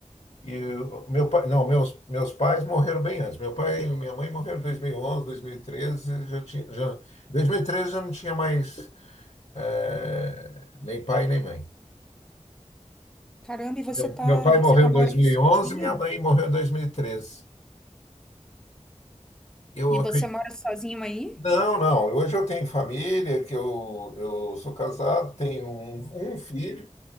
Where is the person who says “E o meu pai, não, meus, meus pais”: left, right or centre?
Left